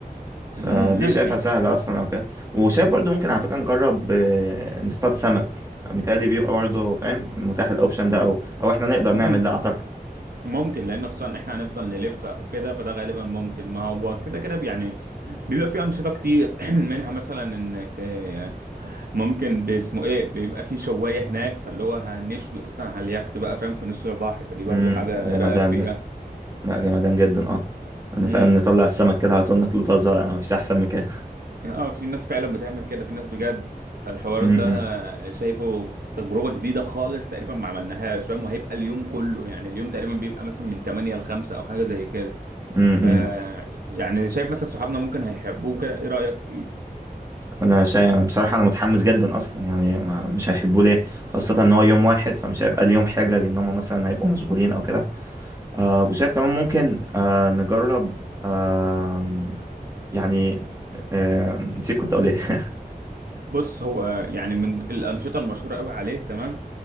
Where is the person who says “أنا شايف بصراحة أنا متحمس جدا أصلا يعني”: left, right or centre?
Right